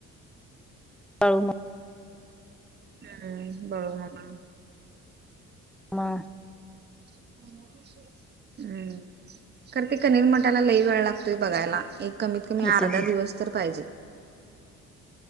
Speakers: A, in the centre; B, on the right.
A: पाळू म
B: हम्म बरो म
A: म
B: ह हम्म कर ते कनीरमट्याला लई वेळ लागतोय बघायला एक कमीत कमी
A: होते
B: अर्धा
A: की
B: दिवस तर पाहिजे